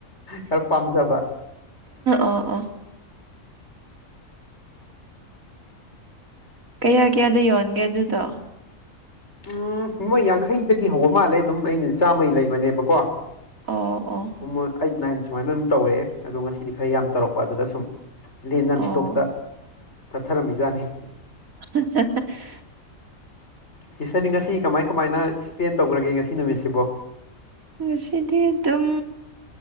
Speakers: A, on the left; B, on the right.
A: ꯈꯔ ꯄꯥꯝꯖꯕ
B: ꯑꯣ ꯑꯣ ꯀꯌꯥ ꯀꯌꯥꯗ ꯌꯣꯟꯒꯦ ꯑꯗꯨꯗꯣ
A: ꯎꯝ ꯅꯣꯏ ꯌꯥꯡꯈꯩꯗꯒꯤ ꯍꯧꯕ ꯃꯥꯜꯂꯦ ꯑꯗꯨꯝ ꯑꯩꯅ ꯆꯥꯝꯃꯩ ꯂꯩꯕꯅꯦꯕꯀꯣ
B: ꯑꯣ ꯑꯣ
A: ꯃꯣꯏ ꯑꯩꯠ ꯅꯥꯏꯟ ꯁꯨꯃꯥꯏꯅ ꯑꯗꯨꯝ ꯇꯧꯔꯛꯑꯦ ꯑꯗꯣ ꯉꯁꯤꯗꯤ ꯈꯔ ꯌꯥꯝ ꯇꯧꯔꯛꯄ ꯑꯗꯨꯗ ꯁꯨꯝ ꯂꯦꯟ ꯅꯟ
B: ꯑꯣ
A: ꯏꯁꯇꯣꯞꯇ ꯆꯠꯊꯔꯝꯃꯤꯖꯥꯠꯅꯤ
B: <unintelligible>
A: ꯍꯤꯁꯇꯔꯗꯤ ꯉꯁꯤ ꯀꯃꯥꯏ ꯀꯃꯥꯏꯅ ꯁ꯭ꯄꯦꯟ ꯇꯧꯈ꯭ꯔꯒꯦ ꯉꯁꯤ ꯅꯨꯃꯤꯠꯁꯤꯕꯣ
B: ꯉꯁꯤꯗꯤ ꯑꯗꯨꯝ